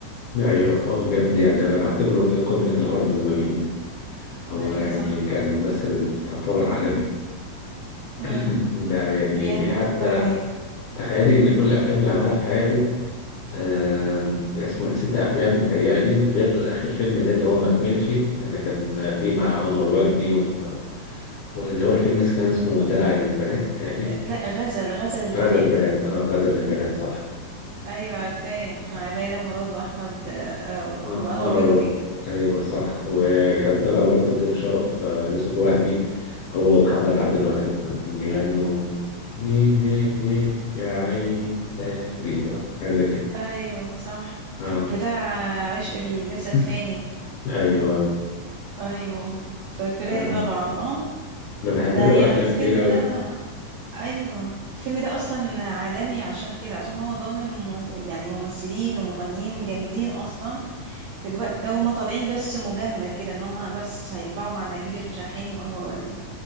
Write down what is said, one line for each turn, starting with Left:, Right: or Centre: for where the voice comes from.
Left: ايوه هو بجد يعني انا بعتبره ايه قمة الهرم زي ما بيقول هو
Right: أيوة
Left: يعني
Right: صح
Left: كان ممثل يعتبر عالمي <clears throat>
Right: امم
Left: ده يعني
Right: بيعمل
Left: ليه حتى
Right: كل حاجة
Left: تخيلي ان كل الافلام اللي عملها في حياته آم، اسمه إيه؟ ست افلام متهيألي غير اخر فيلم ده اللي هو ما كملش اللي كان فيه مع انور وجدي و- واللي هو الفيلم كان اسمه دلع البنات متهيألي
Right: لا غزل غزل البنات
Left: غزل البنات اه غزل البنات صح
Right: أيوة عارفاه مع ليلى مراد وأحمد آه، آه،
Left: آه،
Right: وأنور
Left: انور
Right: وجدي
Left: وجدي ايوه صح وكان طلع برضه ضيف شرف آه، يوسف وهبي هو ومحمد عبد الوهاب لما كان بيغنوا ليه ليه ليه يا عين قلبي هذا كده
Right: أيوة صح
Left: آه.
Right: بتاع عشق الجسد
Left: <laughs>
Right: فاني
Left: ايوه
Right: ايوه فاكراه
Left: آه.
Right: طبعا اه
Left: انا بحب
Right: ده
Left: له
Right: يعني
Left: افلام
Right: الفيلم
Left: كتير قوي
Right: ده ايوه الفيلم ده اصلا عالمي عشان كده عشان هو ضامن مو- يعني ممثلين ومغنيين جامدين اصلا في الوقت ده هما طالعين بس مجاملة كده ان هما بس هيطلعوا مع نجيب الريحاني وانور وجدي